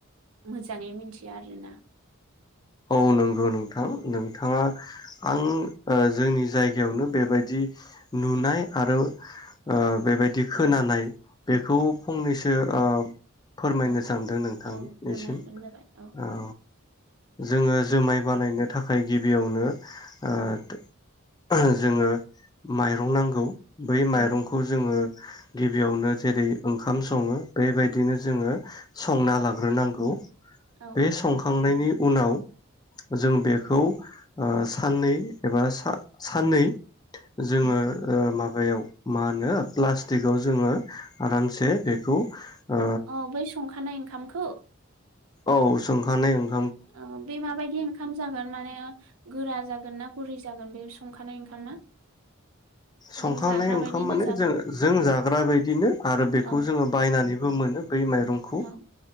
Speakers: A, on the right; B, on the left.
A: मोजाङै मिथिया आरोना
B: औ नंगौ नोंथां
A: औ
B: नोंथाङा आं ओ जोंनि जायगायावनो बेबायदि नुनाय आरो ओ बेबायदि
A: औ
B: खोनानाय बेखौ फंनैसो अ फोरमायनो
A: औ
B: सानदों नोंथां
A: औ फोरमायबानो
B: निसिम
A: जाबाय औ
B: अ जोङो जोमाय बानायनो थाखाय गिबियावनो ओ जोङो माइरं नांगौ बै
A: औ
B: माइरंखौ जोङो गिबियावनो जेरै ओंखाम सङो बेबायदिनो जोङो संना लाग्रोनांगौ
A: औ
B: बे संखांनायनि उनाव जों बेखौ ओ साननै एबा सा-साननै जोङो
A: उम
B: ओ माबा याव माहोनो प्लसतिकाव जोङो आरामसे बेखो अ
A: अ बै संखानाय ओंखामखौ
B: औ सोंखानाय ओं
A: औ बे माबायदि ओंखाम जागोन माने गोरा जागोन ना गुरै जागोन बे संखानाय ओंखामा
B: संखांनाय
A: जों जाग्रा
B: ओंखाम
A: बायदिनो
B: माने
A: जागोन
B: जों जों जाग्रा बायदिनो आरो बेखौ
A: औ
B: जोङो बायनानै बो मोनो बै माइरंखौ
A: औ